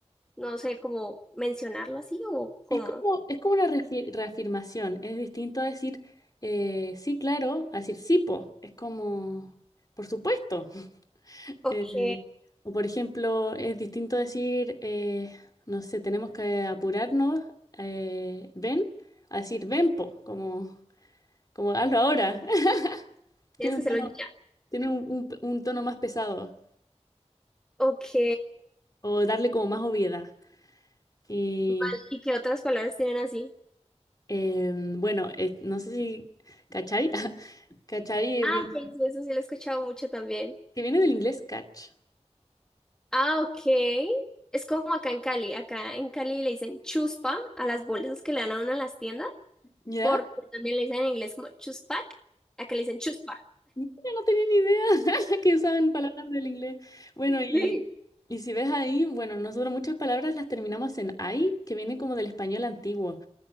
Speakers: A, in the centre; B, on the left (about 35°).
A: no sé, como mencionarlo así o cómo.
B: Es como, es como una refi- reafirmación, es distinto a decir eh, sí, claro, a decir sí, po. Es como, por supuesto. <laughs>
A: Ok.
B: Eh, o por ejemplo, es distinto decir, eh, no sé, tenemos que apurarnos, eh, ven, a decir ven, po, como, como hazlo ahora. <laughs>
A: Tienes
B: Tiene
A: que
B: un
A: hacerlo
B: tono,
A: ya.
B: tiene un, un- un tono más pesado
A: Ok.
B: o darle como más obviedad. Y
A: Vale. ¿Y qué otras palabras tienen así?
B: em, bueno, eh, no sé si, ¿cachai? <laughs> ¿Cachai?
A: Ah,
B: Es bien.
A: pues eso sí lo he escuchado mucho también.
B: que viene del inglés catch,
A: Ah, ok. Es como acá en Cali. Acá en Cali le dicen chuspa a las bolsas que le dan a uno en las tiendas,
B: ¿ya?
A: porque también le dicen en inglés como chuspac. Acá le dicen chuspa.
B: Mira, no tenía ni idea <laughs> que usaban palabras del inglés. Bueno, y,
A: Sí.
B: y si ves ahí, bueno, nosotros muchas palabras las terminamos en ay, que viene como del español antiguo